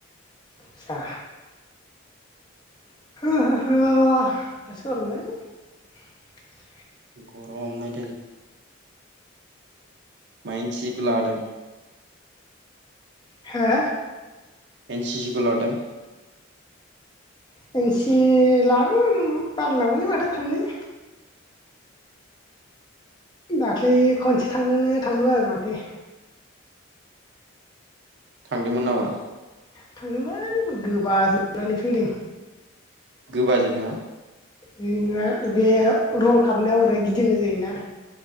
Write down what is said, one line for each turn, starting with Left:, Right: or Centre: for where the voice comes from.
Left: आचा <inaudible>
Right: गरम न माइन्सिखौ लादों
Left: हा
Right: एन सि सिबो लादों
Left: इन सि लादों मोन बादाम लांबायलै थांनो दाख्लै खनसे थांनोनो थांदोंबो आरो माथो
Right: थांदोंमोन नामा?
Left: थांदोंमोन गोबाजोबनानै फैदों।
Right: गोबाजोब न
Left: बि बे रल खालामारनायाव ओरै गिदिंनाय जायोना